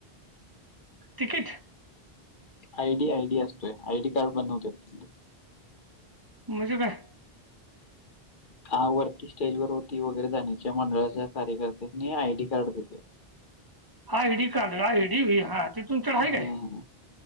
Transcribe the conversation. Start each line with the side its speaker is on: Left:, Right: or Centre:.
Right: Ticket.
Left: I D ID असतोय, आयडी कार्ड बनवत्यात.
Right: म्हजे काय?
Left: हा, वरती स्टेजवर होती वगैरे जाण्याच्या मंडळाच्या कार्यकर्त्यांनी आय डी कार्ड देत्यात.
Right: I D card I ID वय हा, ते तुमच्या कडं
Left: हम्म.
Right: हाय काय?